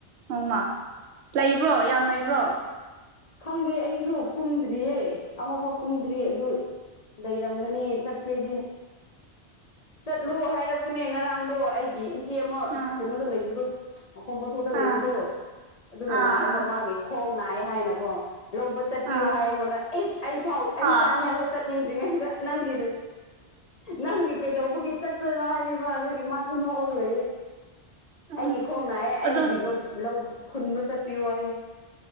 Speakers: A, on the right; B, on the left.
A: ꯅꯣꯡꯃꯥ ꯂꯩ ꯕ꯭ꯔꯣ ꯌꯥꯝ ꯂꯩꯕ꯭ꯔꯣ
B: ꯈꯪꯗꯦ ꯑꯩꯁꯨ ꯀꯨꯝꯗ꯭ꯔꯤꯌꯦ ꯑꯃꯐꯥꯎ ꯀꯨꯝꯗ꯭ꯔꯤ ꯑꯗꯨ ꯂꯩꯔꯝꯒꯅꯤ ꯆꯠꯁꯦꯗꯤꯠ ꯆꯠꯂꯣ ꯍꯥꯏꯔꯛꯄꯅꯦ ꯉꯔꯥꯡꯗꯣ ꯑꯩꯒꯤ ꯏꯆꯦ ꯑꯃ
A: ꯑꯥ
B: ꯀꯩꯅꯣꯗ ꯂꯩꯕꯗꯣ ꯃꯈꯐꯝ ꯄꯣꯟꯊꯣꯛꯇ ꯂꯩꯕꯗꯣ
A: ꯑꯥ
B: ꯑꯗꯨꯅ
A: ꯑꯥ
B: ꯂꯥꯛ
A: ꯑꯥ
B: ꯈꯣꯛ ꯅꯥꯑꯦ ꯍꯥꯏꯅꯀꯣ ꯂꯧꯕ ꯆꯠꯄꯤꯌꯣ
A: ꯑꯥ
B: ꯍꯥꯏ ꯑꯩꯉꯣꯟꯗ ꯑꯦꯁ ꯑꯩ ꯐꯥꯎ ꯑꯩ
A: ꯑꯥ
B: ꯆꯥꯅꯤꯡꯉꯥꯏꯐꯥꯎ ꯆꯠꯅꯤꯡꯗ꯭ꯔꯤꯉꯩꯁꯤꯗ ꯅꯪꯒꯤ ꯅꯪꯒꯤ ꯀꯩꯗꯧꯕꯒꯤ ꯆꯠꯇꯣꯏꯅꯣ ꯍꯥꯏꯕꯤꯕ ꯑꯗꯨꯒꯤ ꯃꯥꯁꯨ ꯅꯣꯛꯑꯒ ꯂꯩꯌꯦ
A: ꯎꯝ
B: ꯑꯩꯒꯤ ꯈꯣꯡ ꯅꯥꯑꯦ ꯑꯩꯒꯤ
A: ꯑꯗꯣ
B: ꯂꯧ ꯈꯨꯟꯕ ꯆꯠꯄꯤꯌꯣ ꯍꯥꯏ <inaudible>